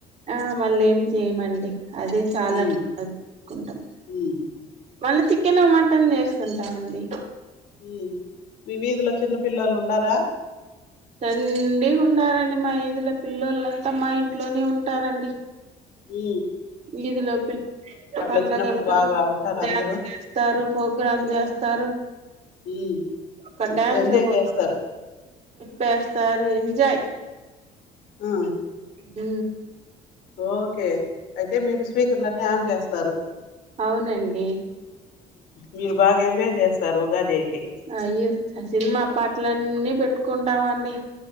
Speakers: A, on the right; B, on the left.
A: ఆ మళ్ళ ఏం చేయమండి అదే చాలా
B: హ్మ్
A: అనుకు అనుకుంటాం
B: హ్మ్
A: మళ్ళీ చికెన్ మటన్ చేసుకుంటాండి
B: అ మీ వీధిలో చిన్న పిల్లలు ఉండారా
A: దండిగా ఉండారండి మా ఇదుల పిల్లొలు మా ఇంట్లోనే ఉ ట్ట రండి
B: ఉ
A: వీధిలో పిల్ల పండగలకు
B: వచ్చినప్పుడు బాగా ఉంటారు
A: డ్యాన్స్
B: అందరూ
A: చేస్తారు ప్రోగ్రామ్ చేస్తారు
B: హ్మ్
A: ఒక డ్యాన్స్
B: ఎంజాయ్
A: ఒక
B: చేస్తారు
A: పస్తారు ఎంజయ్
B: ఆ
A: ఉ
B: ఓకే అయితే మీరు స్పీకర్లన్నీ ఆన్ చేస్తారు
A: అవునండి
B: మీరు బాగా ఎంజాయ్ చేస్తారు ఉగాది అయితే
A: అయ్యో స- సినిమా పాటలన్నీ పెట్టుకుంటామండి